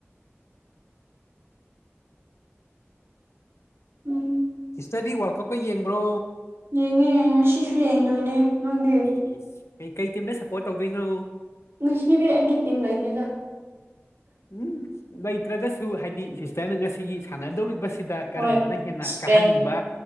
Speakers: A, on the right; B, on the left.
A: ꯎꯝ
B: ꯁꯤꯁꯇꯔꯗꯤ ꯋꯥꯔꯜ ꯀꯞꯀ ꯌꯦꯡꯕ꯭ꯔꯣ
A: ꯌꯦꯡꯉꯦ ꯉꯁꯤꯁꯨ ꯌꯦꯡꯗꯣꯏꯅꯦ ꯅꯪꯗꯤ
B: ꯏꯁ ꯀꯩ ꯀꯩ ꯇꯤꯝꯗ ꯁꯞꯄꯣꯔꯠ ꯇꯧꯗꯣꯏꯅꯣ
A: ꯉꯁꯤꯗꯤ ꯑꯩꯒꯤ ꯇꯤꯝ ꯂꯩꯇ‌ꯦꯗ
B: ꯎꯝ ꯂꯩꯇ꯭ꯔꯒꯁꯨ ꯍꯥꯏꯗꯤ ꯁꯤꯁꯇꯔꯅ ꯉꯁꯤꯒꯤ ꯁꯥꯟꯅꯗꯧꯔꯤꯕ ꯁꯤꯗ ꯀꯔꯝꯕꯅ
A: ꯍꯣꯏ
B: ꯍꯦꯟꯅ
A: ꯏꯁꯄꯦꯟ
B: ꯀꯥꯍꯟꯅꯤꯡꯕ